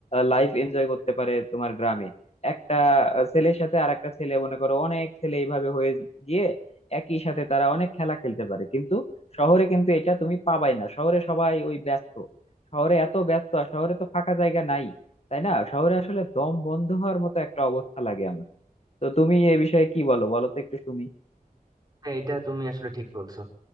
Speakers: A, on the left; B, on the right.
A: লাইফ এনজয় করতে পারে তোমার গ্রামে একটা আহ, ছেলের সাথে আর একটা ছেলে মনে করো অনেক ছেলে এইভাবে হয়ে গিয়ে একই সাথে তারা অনেক খেলা খেলতে পারে কিন্তু শহরে কিন্তু এটা তুমি পাবাই না শহরে সবাই ওই ব্যস্ত শহরে এত ব্যস্ত আর শহরে তো ফাঁকা জায়গা নাই তাই না শহরে আসলে দম বন্ধ হওয়ার মতো একটা অবস্থা লাগে আমার তো তুমি এই বিষয়ে কি বলো বলো তো একটু শুনি
B: হ্যাঁ এটা তুমি আসলে ঠিক বলছো